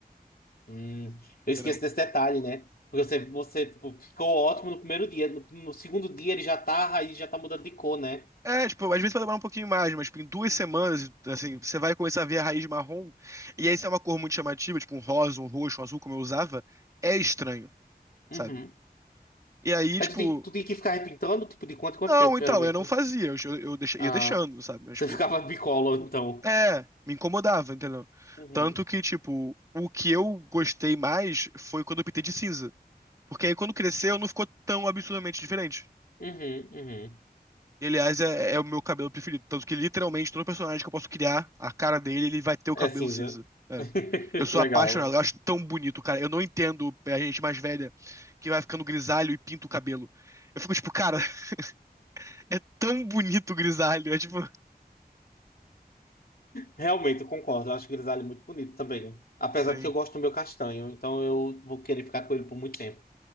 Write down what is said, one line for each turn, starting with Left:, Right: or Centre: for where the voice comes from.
Left: Hum, eu esqueço
Right: entendeu?
Left: desse detalhe, né? Porque você, você tipo, ficou ótimo no primeiro dia. No, no segundo dia ele já tá, a raiz já tá mudando de cor, né?
Right: É, tipo, às vezes vai demorar um pouquinho mais, mas tipo, em duas semanas, assim, você vai começar a ver a raiz marrom. E aí, se é uma cor muito chamativa, tipo um rosa, um roxo, um azul, como eu usava, é estranho,
Left: Uhum.
Right: sabe? E aí,
Left: Aí
Right: tipo,
Left: tu tem, tu tem que ficar repintando, tipo, de quanto em quanto
Right: não,
Left: tempo, geralmente?
Right: então, eu não fazia, eu, eu deixa-
Left: Ah,
Right: ia deixando, sabe? Mas,
Left: você
Right: tipo,
Left: ficava <laughs> bicolor, então.
Right: é, me incomodava, entendeu?
Left: Uhum.
Right: Tanto que, tipo, o que eu gostei mais foi quando eu pintei de cinza. Porque aí quando cresceu não ficou tão absurdamente diferente.
Left: Uhum, uhum.
Right: E, aliás, é, é o meu cabelo preferido. Tanto que literalmente todo personagem que eu posso criar, a cara dele, ele vai ter o
Left: É
Right: cabelo
Left: cinza.
Right: cinza. É.
Left: <laughs>
Right: Eu sou
Left: Legal.
Right: apaixonado, eu acho tão bonito, cara. Eu não entendo a gente mais velha que vai ficando grisalho e pinta o cabelo. Eu fico tipo, cara, <laughs> é tão bonito o grisalho. É tipo,
Left: Realmente, eu concordo. Eu acho o grisalho muito bonito também. Apesar
Right: sim.
Left: de que eu gosto do meu castanho, então eu vou querer ficar com ele por muito tempo.